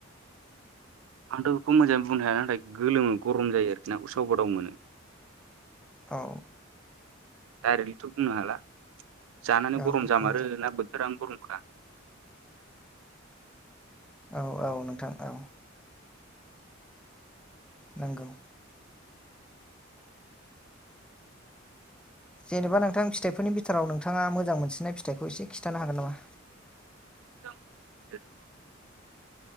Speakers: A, on the right; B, in the centre.
A: आंथ' बेखौ मोजाङै बुंनो हाया नाथाय गोलोमो गरम जायो आरोखि ना उसाव गोादाव मोनो
B: औ
A: डायरेक्टलिथ' बुंनो हाला जानानै
B: औ
A: गरम जामारो
B: औ
A: ना बोथोरा गरमखा
B: औ औ नोंथां औ नंगौ जेनेबा नोंथां फिथाइफोरनि बिथोराव नोंथाङा मोजां मोनसिननाय फिथाइखौ एसे खिन्थानो हागोन नामा
A: <inaudible>